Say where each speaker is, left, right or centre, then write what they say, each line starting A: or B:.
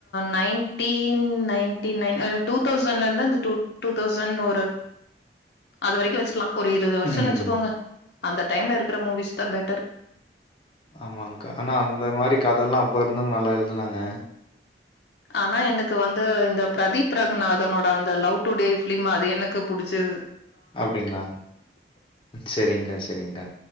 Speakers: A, on the left; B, on the left.
A: நைன்டின் நைன்டி நைன் டூ தௌசண்ட்ல இருந்து டூ டூ தௌசண்ட் ஒரு அது வரைக்கும் வச்சுக்கலாம் ஒரு இருவது வருஷோம்
B: ம்.
A: வச்சுக்கோங்க அந்த டைம்ல இருக்குற மூவிஸ் தான் பெட்டர்
B: ஆமாங்கா ஆனா அந்த மாரி கதையெல்லாம் அப்போ இருந்தவங்க நல்லா எழுதுனாங்க
A: ஆனா எனக்கு வந்து இந்த பிரதீப் ரகுநாதனோட அந்த லவ் டுடே பிலிம் அது எனக்கு புடிச்சுது
B: அப்படிங்களா செரி்ங்கா செரிங்கா